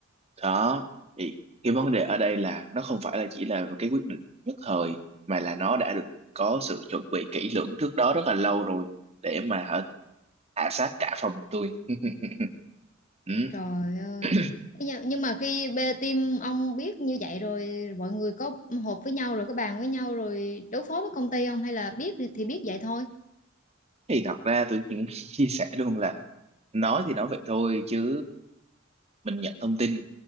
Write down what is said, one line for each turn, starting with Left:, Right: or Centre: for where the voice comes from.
Right: đó thì cái vấn đề ở đây là nó không phải là chỉ là cái quyết định nhất thời mà là nó đã được có sự chuẩn bị kỹ lưỡng trước đó rất là lâu rồi để mà hả, hạ sát cả phòng tôi <laughs> ừ.
Left: trời ơi
Right: <clears throat>
Left: Thế nha- nhưng mà khi bê team ông biết như vậy rồi mọi người có họp với nhau rồi có bàn với nhau rồi đối phó với công ty không hay là biết thì thì biết vậy thôi
Right: thì thật ra tôi cũng <laughs> chia sẻ luôn là nói thì nói vậy thôi chứ mình nhận thông tin